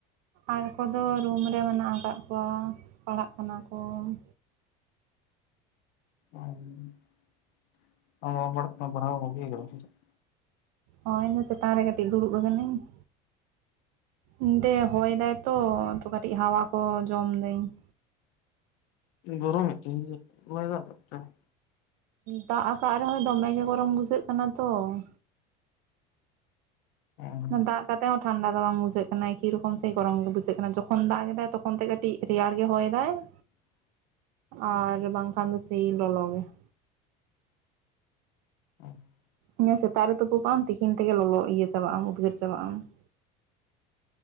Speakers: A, on the right; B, on the left.
A: ᱟᱨ ᱠᱚᱫᱚ ᱨᱩᱢ ᱨᱮ ᱢᱮᱱᱟᱜ ᱟᱠᱟᱫ ᱠᱚᱣᱟ ᱯᱟᱲᱦᱟᱜ ᱠᱟᱱᱟ ᱠᱚ ᱾
B: <unintelligible>
A: ᱦᱚᱭ ᱤᱧ ᱫᱚ ᱪᱮᱛᱟᱱ ᱨᱮ ᱠᱟᱹᱴᱤᱡ ᱫᱩᱲᱩᱵ ᱟᱠᱟᱱᱟᱹᱧ ᱾ ᱚᱸᱰᱮ ᱦᱚᱭ ᱫᱟᱭ ᱛᱚ ᱛᱚ ᱠᱟᱹᱴᱤᱡ ᱦᱟᱣᱟ ᱠᱚ ᱡᱚᱢ ᱫᱟᱹᱧ ᱾
B: ᱜᱚᱨᱚᱢ ᱮᱫ ᱛᱮᱦᱮᱧ ᱫᱚ ᱵᱟᱭ ᱫᱟᱜ ᱠᱟᱫ ᱼᱛᱮ ᱾
A: ᱫᱟᱜ ᱟᱠᱟᱫ ᱨᱮᱦᱚᱸ ᱫᱚᱢᱮ ᱜᱮ ᱜᱚᱨᱚᱢ ᱵᱩᱡᱷᱟᱹᱜ ᱠᱟᱱᱟ ᱛᱚ ᱾
B: ᱦᱮᱸ ᱾
A: ᱫᱟᱜ ᱠᱟᱛᱮ ᱦᱚᱸ ᱴᱷᱟᱱᱰᱟ ᱫᱚ ᱵᱟᱝ ᱵᱩᱡᱷᱟᱹᱜ ᱠᱟᱱᱟ, ᱮᱠᱤ ᱨᱚᱠᱚᱢ ᱥᱮ ᱜᱚᱨᱚᱢ ᱜᱮ ᱵᱩᱡᱷᱟᱹᱜ ᱠᱟᱱᱟ ᱾ ᱡᱚᱠᱷᱚᱱ ᱫᱟᱜ ᱮᱫᱟᱭ ᱛᱚᱠᱷᱚᱱ ᱛᱮ ᱠᱟᱹᱴᱤᱡ ᱾ ᱨᱮᱭᱟᱲ ᱜᱮ ᱦᱚᱭ ᱮᱫᱟᱭ ᱾
B: <inaudible>
A: ᱟᱨ ᱵᱟᱝ ᱠᱷᱟᱱ ᱫᱚ ᱥᱮᱭ ᱞᱚᱞᱚ ᱜᱮ ᱾
B: <inaudible>
A: ᱤᱱᱟᱹ ᱥᱮᱛᱟᱜ ᱨᱮ ᱛᱩᱯᱩ ᱠᱚᱜᱼᱟᱢ ᱛᱤᱠᱤᱱ ᱛᱮᱜᱮ ᱞᱚᱞᱚ ᱤᱭᱟᱹ ᱪᱟᱵᱟᱜ ᱟᱢ ᱩᱫᱽᱜᱟᱹᱨ ᱪᱟᱵᱟᱜ ᱟᱢ ᱾